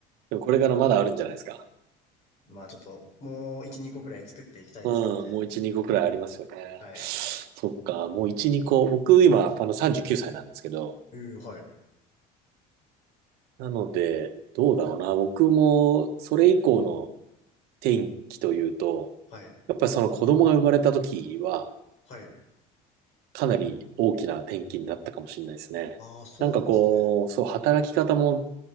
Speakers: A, on the right (about 70°); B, on the left (about 45°).
A: でもこれからまだあるんじゃないですか。
B: まあちょっと、もう一、二個ぐらい作っていきたいですけどね。
A: うん、もう1、2個くらいありますよね。
B: はい。
A: そっか、もう1、2個。僕今、あの39歳なんですけど、
B: うー、はい。
A: なので、どうだろうな。僕もそれ以降の転機というと、
B: はい。
A: やっぱりその子供が生まれた時は、
B: はい。
A: かなり大きな転機になったかもしれないですね。
B: ああ、そうなんですね。
A: なんかこう、そう、働き方も